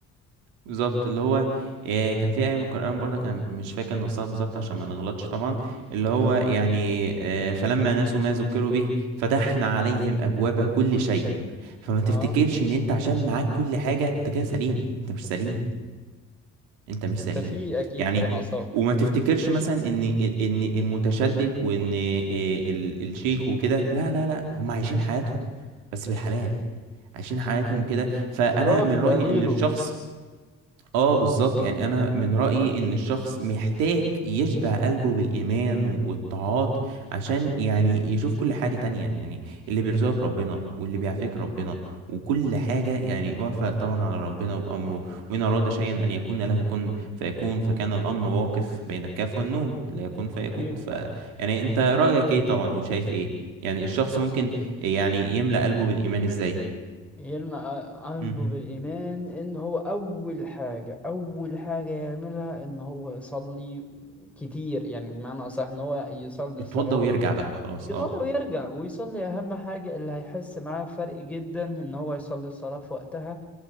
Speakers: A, on the right; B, in the centre.
A: بالظبط اللي هو آه، كان في آية من القرآن برضه كان مش فاكر نصها بالظبط عشان ما نغلطش طبعا اللي هو يعني آه، فلما نسوا ما ذكروا به فتحنا عليهم أبواب كل شيء فما تفتكرش
B: اه
A: إن أنت عشان معاك كل حاجة أنت كده سليم أنت مش سليم أنت مش
B: انت
A: سليم
B: في اكيد
A: يعني
B: حاجة ناقصاك
A: وما تفتكرش مثلا إن إن المتشدد وإن آه، ال- الشيخ وكده لا لا لا هم عايشين حياتهم بس بالحلال عايشين حياتهم كده فأنا
B: راضي
A: من
B: بقى
A: رأيي
B: ليلو
A: إن الشخص اه بالظبط يعني انا من رأيي ان الشخص محتاج يشبع قلبه بالايمان والطاعات عشان يعني يشوف كل حاجة تانية يعني اللي بيرزقك ربنا واللي بيعافيك ربنا وكل حاجة يعني واقفة طبعا على ربنا وامره وان اراد شيئا ان يكون له كن فيكون فكان الامر واقف بين الكاف والنون لا يكون فيكون
B: اكيد
A: ف يعني انت رأيك ايه طبعا وشايف ايه يعني الشخص ممكن يعني يملأ قلبه بالايمان ازاي
B: يلمع قلبه
A: مم.
B: بالإيمان إن هو أول حاجة أول حاجة يعملها إن هو يصلي كتير يعني بمعنى أصح إن هو يصلي
A: يتوضى
B: الصلوات
A: ويرجع بقى خلاص
B: يتوضى
A: اه
B: ويرجع ويصلي أهم حاجة اللي هيحس معاه فرق جدا إن هو يصلي الصلاة في وقتها